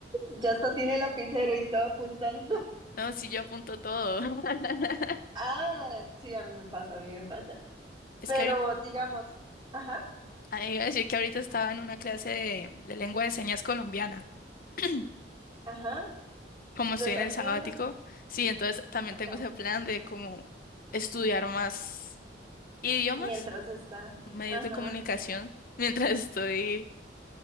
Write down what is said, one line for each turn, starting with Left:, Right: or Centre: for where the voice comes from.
Right: ya hasta tiene lapicero y todo apuntando.
Left: No, sí, yo apunto todo. <laughs>
Right: Ah, sí, a mí me pasa, a mí me pasa.
Left: Es
Right: Pero
Left: que ahorita...
Right: digamos, ajá,
Left: ah, iba a decir que ahorita estaba en una clase de, de lengua de señas colombiana. <clears throat>
Right: ajá,
Left: Como estoy
Right: lo está
Left: en el
Right: estudiando,
Left: sabático, sí, entonces también
Right: ajá,
Left: tengo ese plan de como estudiar más idiomas
Right: mientras está,
Left: medios
Right: ajá,
Left: de comunicación <laughs> mientras estoy,